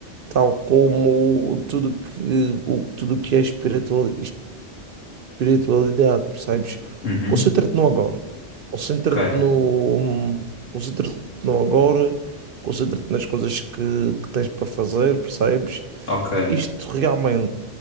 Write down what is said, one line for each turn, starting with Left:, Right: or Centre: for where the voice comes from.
Right: tal como tudo que, o, tudo que é espiritual, espiritualidade, percebes?
Left: Uhum.
Right: Concentra-te no agora. Concentra-te
Left: Ok,
Right: no, concentra-te no agora, concentra-te nas coisas que, que tens para fazer, percebes?
Left: ok.
Right: Isto realmente